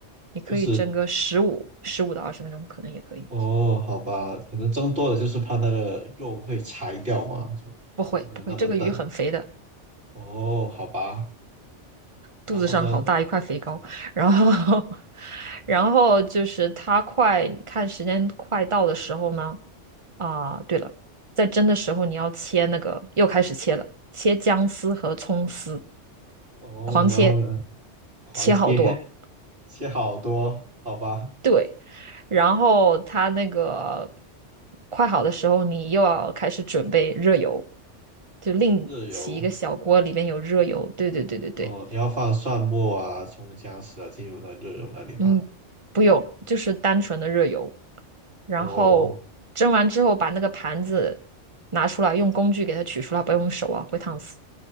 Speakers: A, on the right; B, on the right.
A: 你可以蒸个十五、
B: 就是
A: 十五到二十分钟，可能也可以。
B: 哦，好吧，可能蒸多了就是怕那个肉会柴掉嘛，就没有那么嫩。
A: 不会，不会，这个鱼很肥的，
B: 哦，好吧，
A: 肚子上好大一块肥膏。
B: 然后呢？
A: 然后，<laughs> 然后就是它快，看时间快到的时候呢，啊、对了，在蒸的时候你要切那个，又开始切了，切姜丝和葱丝，
B: 哦，
A: 狂切，
B: 然后呢？狂切
A: 切好多。
B: <laughs> 切好多，好吧，
A: 对，然后它那个快好的时候，你又要开始准备热油，就另起一个小锅，
B: 热油。
A: 里面有热油。对对对对对，
B: 哦，要放蒜末啊、葱、姜丝啊进入那热油那里吗？
A: 嗯，不用，就是单纯的热油。然后蒸完之后，
B: 哦，
A: 把那个盘子拿出来，用工具给它取出来，不要用手啊，会烫死。